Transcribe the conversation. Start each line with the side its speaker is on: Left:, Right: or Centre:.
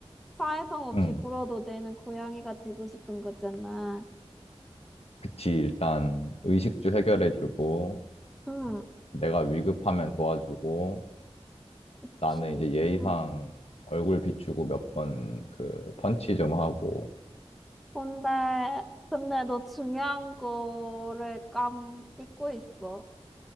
Centre: 사회성 없이
Left: 응.
Centre: 굴어도 되는 고양이가 되고 싶은 거잖아.
Left: 그치, 일단 의식주 해결해주고,
Centre: 응,
Left: 내가 위급하면 도와주고,
Centre: 그치.
Left: 나는 이제 예의상
Centre: 응.
Left: 얼굴 비추고 몇 번 그 펀치 좀 하고,
Centre: 근데, 근데 너 중요한 거를 깜 잊고 있어.